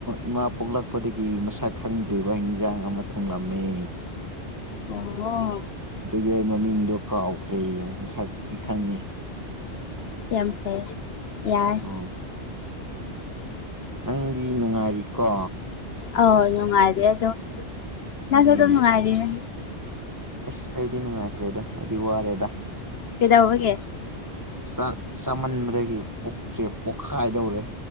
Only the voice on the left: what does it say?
ꯑꯣ
ꯌꯥꯝ ꯐ ꯌꯥꯏ
ꯑ ꯅꯨꯡꯉꯥꯏꯔꯤ ꯑꯗꯣ
ꯅꯁ ꯑꯗꯨꯝ ꯅꯨꯡꯉꯥꯏꯔꯤꯦ
ꯀꯩꯗꯧꯕꯒꯦ